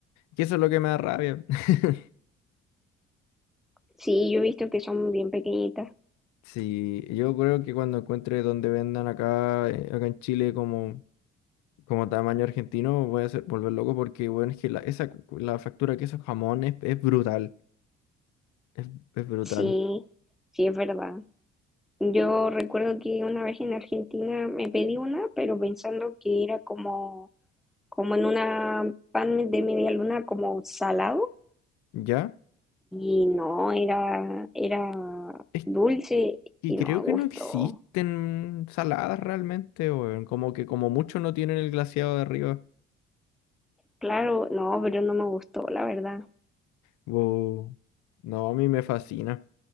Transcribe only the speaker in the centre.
Sí, yo he visto que son bien pequeñitas.
Sí, sí, es verdad. Yo recuerdo que una vez en Argentina me pedí una, pero pensando que era como, como en una pan de media luna, como salado.
Y no, era, era
dulce
y
no me gustó.
Claro, no, pero no me gustó, la verdad.